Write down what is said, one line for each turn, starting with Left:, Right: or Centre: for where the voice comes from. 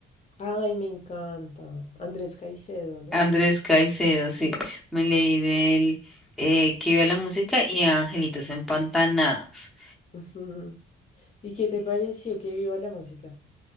Left: Ay, me encanta. Andrés Caicedo, ¿no?
Centre: Andrés Caicedo, sí. Me leí del eh, que lleva la música y Angelitos Empantanados.
Left: <laughs> ¿Y qué te pareció que viva la música?